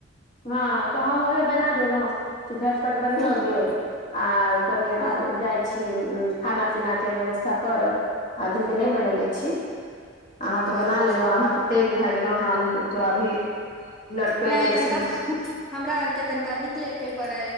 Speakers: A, on the left; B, in the centre.
A: हँ तऽ हम ओहे बना देलहुँ झटपट बनियो
B: हूँ
A: गेल आ कनि
B: हँ
A: आब जाइ छी खाना पीना के व्यवस्था करब। अभी तऽ नहि बनेले छी, अहाँ
B: अच्छा
A: त बना लेलहु अहाँ त तेज भए गेलो हम त अभी लटकैले
B: नहि तनिका
A: छी।
B: हमरा आर के तनिका निकले के पर